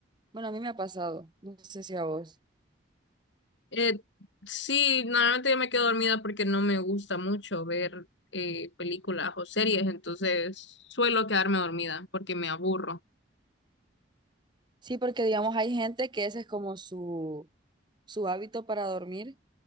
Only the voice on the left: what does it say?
Eh, sí, normalmente yo me quedo dormida porque no me gusta mucho ver eh, películas o series, entonces suelo quedarme dormida porque me aburro.